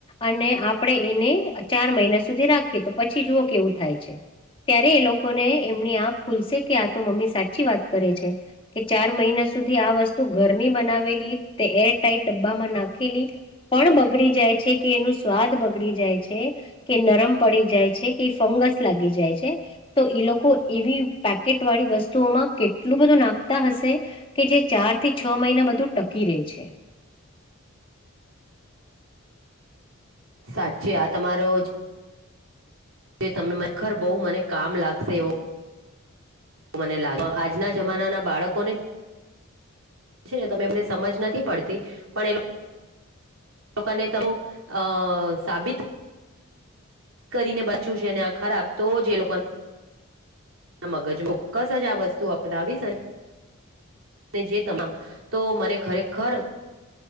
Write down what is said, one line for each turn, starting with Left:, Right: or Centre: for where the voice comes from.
Left: અને આપણેે એને ચાર મહિના સુધી રાખીએ તો પછી જુઓ કેવું થાય છે. ત્યારે એ લોકોને એમની આંખ ખુલસે કે આ તો મમ્મી સાચી વાત કરે છે. કે ચાર મહિના સુધી આ વસ્તુ ઘરની બનાવેલી તે એર ટાઈટ ડબ્બામાં નાખેલી. પણ બગડી જાય છે કે એનું સ્વાદ બગડી જાય છે. કે નરમ પડી જાય છે કે ફંગસ લાગી જાય છે. તો એ લોકો એવી પેકેટ વાળી વસ્તુઓમાં કેટલું બધું નાખતા હશે. કે જે ચાર થી છ મહિના બધું ટકી રહે છે.
Right: સાચે આ તમારો જે ત ખરેખર બહુ મને કામ લાગશે એવો. મને લાગે આજના જમાનાના બાળકોને ને છે ન તમે એમને. સમજ નથી પડતી પણ એ લો લોકોને તો અ સાબિત કરીને બચવું છે ને આ ખરાબ તો જે લોકો મગજ ચોક્કસ જ આ વસ્તુ અપનાવીશ અને જે તમા તો મને ખરેખર.